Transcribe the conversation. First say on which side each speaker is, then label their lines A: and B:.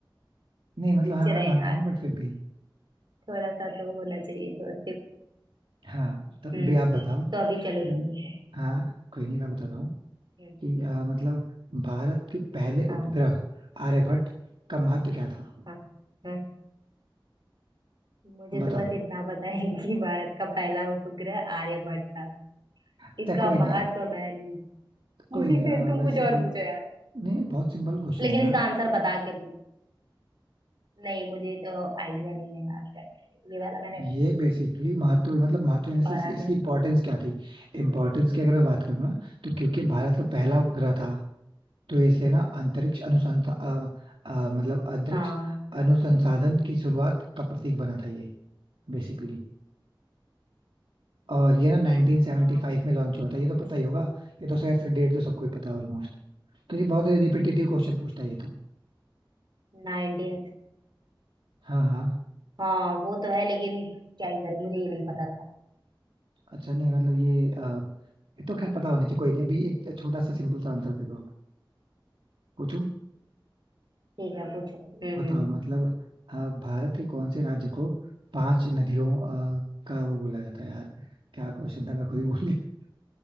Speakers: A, on the right; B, on the right.
A: नहीं मतलब हाँ
B: रहे
A: मैं मानता
B: हैं यार
A: हूँ बट फिर भी
B: थोड़ा सा तो होना चाहिए थोड़ा
A: हाँ तो
B: हम्म
A: भी आप बताओ
B: तो अभी चलो
A: कि
B: तुम पूछो
A: हाँ कोई नहीं मैं बता रहा हूँ
B: हम्म
A: कि अ, मतलब भारत के पहले
B: हाँ
A: उपग्रह आर्यभट्ट का महत्व क्या था
B: हाँ हाँ मुझे
A: बताओ
B: तो बस इतना पता है कि भारत का पहला उपग्रह आर्यभट्ट था
A: अच्छा
B: इसका
A: कोई नहीं
B: महत्व
A: अब
B: मैं नहीं
A: कोई नहीं
B: <laughs> तुम
A: बेसिकली
B: कुछ और पूछो यार
A: नहीं बहुत सिंपल क्वेश्चन
B: लेकिन
A: है यार
B: इसका आंसर बता के पूछ नहीं मुझे तो आइडिया नहीं है यार ये वाला मैंने
A: ये बेसिकली महत्व मतलब महत्व इन इसकी
B: पढ़ा
A: इसकी
B: नहीं
A: इम्पोर्टेंस
B: था
A: क्या थी इम्पोर्टेंस की अगर मैं बात करूँ ना तो क्योंकि भारत का पहला उपग्रह था तो इसलिए ना अंतरिक्ष अनुसंधान मतलब अंतरिक्ष
B: हाँ
A: अनुसंसाधन की शुरुआत का प्रतीक बना था ये बेसिकली और ये ना 1975
B: हाँ
A: में लॉन्च हुआ था ये
B: अच्छा
A: तो पता ही होगा ये तो शायद डेट तो सबको ही पता है ऑलमोस्ट क्योंकि बहुत रिपीटेटिव क्वेश्चन पूछता है ये तो
B: नाइनटीन
A: हाँ हाँ
B: हाँ वो तो है लेकिन क्या ही करें मुझे ये नहीं पता था
A: अच्छा नहीं मतलब ये ये तो खैर पता होनी चाहिए कोई नहीं अभी एक छोटा सा सिंपल सा आंसर दे दो आप पूछूं
B: ठीक है पूछो हम्म
A: बताओ
B: हम्म
A: मतलब अ, भारत के कौन से राज्य को पांच नदियों अ, का वो बोला जाता है यार क्या क्वेश्चन था मैं खुद ही भूल गया